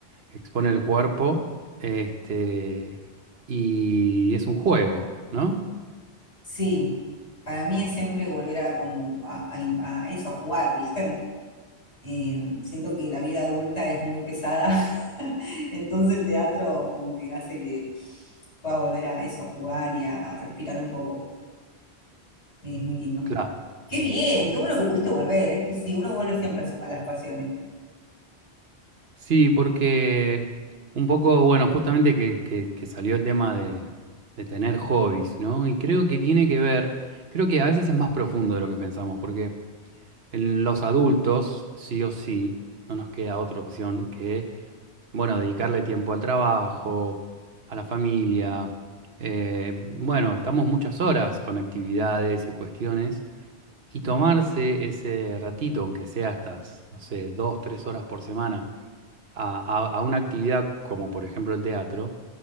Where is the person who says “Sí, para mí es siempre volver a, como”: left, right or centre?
Left